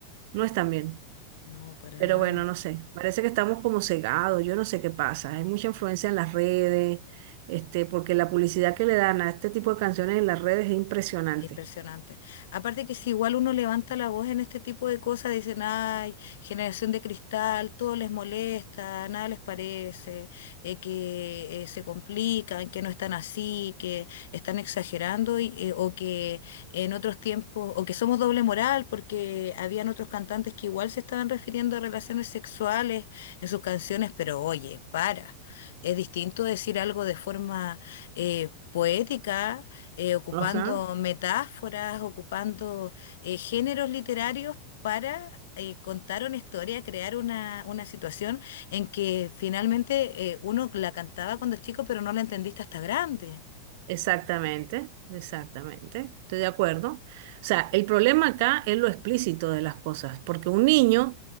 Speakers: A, on the right; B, on the left.
A: no están bien.
B: No, para
A: Pero
B: nada.
A: bueno, no sé, parece que estamos como cegados, yo no sé qué pasa, hay mucha influencia en las redes, este, porque la publicidad que le dan a este tipo de canciones en las redes es impresionante.
B: Impresionante. Aparte que si igual uno levanta la voz en este tipo de cosas, dicen, ay, generación de cristal, todo les molesta, nada les parece, eh, que eh, se complican, que no están así, que están exagerando y, eh, o que en otros tiempos, o que somos doble moral, porque habían otros cantantes que igual se estaban refiriendo a relaciones sexuales en sus canciones, pero oye, para. Es distinto decir algo de forma eh, poética eh, ocupando
A: ¿no? O sea.
B: metáforas, ocupando eh, géneros literarios para eh, contar una historia, crear una, una situación en que finalmente eh, uno la cantaba cuando es chico, pero no la entendiste hasta grande.
A: Exactamente, exactamente. Estoy de acuerdo. O sea, el problema acá es lo explícito de las cosas, porque un niño,